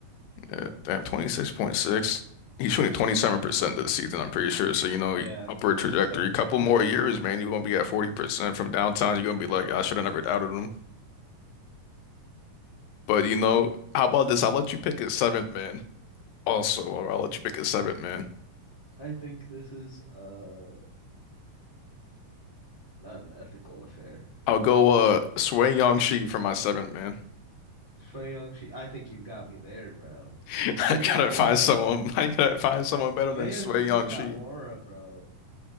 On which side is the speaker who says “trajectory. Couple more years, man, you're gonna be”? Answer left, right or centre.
Left